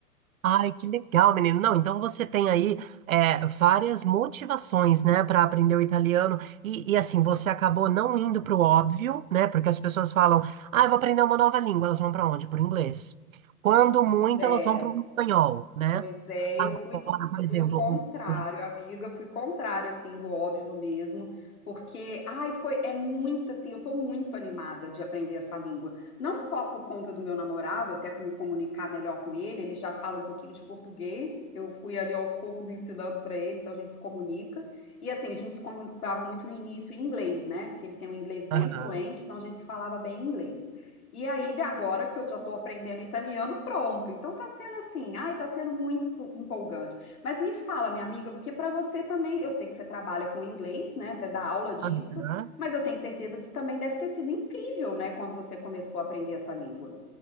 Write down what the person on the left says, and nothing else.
Pois
é.
Pois é,
eu fui,
fui o contrário,
amiga, fui contrário, assim, do óbvio mesmo, porque, ai, foi, é muito, assim, eu tô muito animada de aprender essa língua, não só por conta do meu namorado, até para me comunicar melhor com ele, ele já fala um pouquinho de português, eu fui ali aos poucos ensinando para ele, então a gente se comunica, e assim, a gente se comunicava muito no início em inglês, né, porque ele tem um inglês bem
fluente, então a gente se falava bem em inglês. E aí, de agora que eu já estou aprendendo italiano, pronto. Então tá sendo assim, ai, tá sendo muito empolgante. Mas me fala, minha amiga, porque para você também, eu sei que você trabalha com inglês, né? Você dá aula disso,
mas eu tenho certeza que também deve ter sido incrível, né, quando você começou a aprender essa língua.